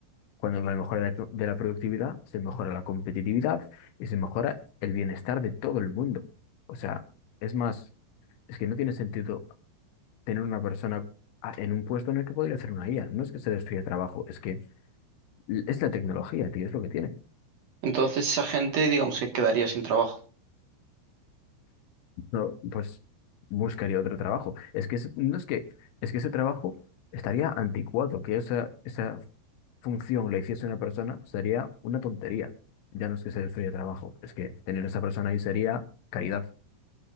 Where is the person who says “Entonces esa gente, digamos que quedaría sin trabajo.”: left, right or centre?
Right